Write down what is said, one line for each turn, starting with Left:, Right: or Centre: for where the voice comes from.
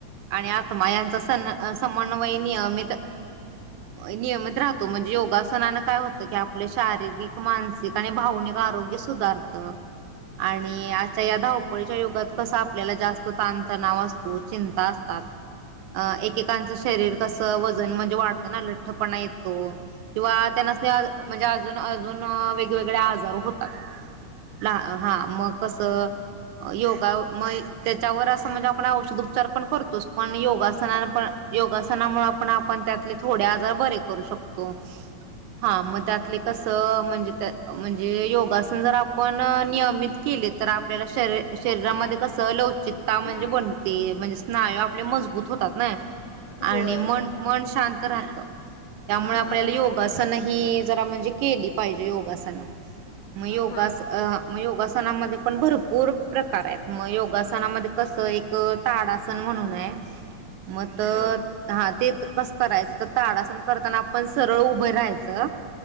Right: आणि आत्मा यांचा सन्म-समन्वय नियमित त नियमित राहतो म्हणजे योगासनानं काय होत त की आपले शारीरिक, मानसिक आणि भावनिक आरोग्य सुधारतं आणि आज या धावपळीच्या युगात कसं आपल्याला जास्त ताणतणाव असतो चिंता अस तात अ एकेकांचं शरीर कसं वजन म्हणजे वाढ तना लठ्ठपणा येतो किंवा त्यांनास्नी आज म्हणजे आज अजून अजून अ वेगवेगळे आजार होतात. ला हा मग कसं योग गाव म त्याच्यावर असं म्हणजे आपण औषध उपचार पण करतोच पण योगासनानं पण योगासनामुळं पण आपण त्यातले थोडे आजार बरे करू शकतो हा म त्यातले कसं म्हणजे त्यात म्हणजे योग गासन जर आपण अ नियमित केली तर आपल्याला शरीर
Left: होय
Right: शरीरामध्ये कसं लवचिकता म्हणजे
Left: हा.
Right: बनते म्हणजे स्नाय मजबूत होतात ना
Left: होय
Right: आणि मन मन शांत राहतं. त्यामुळं
Left: हा
Right: आपल्याला योगासन ही की जरा म्हणजे केली पाहिजे योगासनं म योगास
Left: हा
Right: अ हा म योगासना मध्ये पण भरपूर प्रकार हायत म योगनामध्ये कसं एक ताड़ासन म्ह <inaudible> म तर
Left: हा. हा
Right: हा ते त कसं करायचं तर ताड़ासन करताना आपण सरळ उभं राहायचं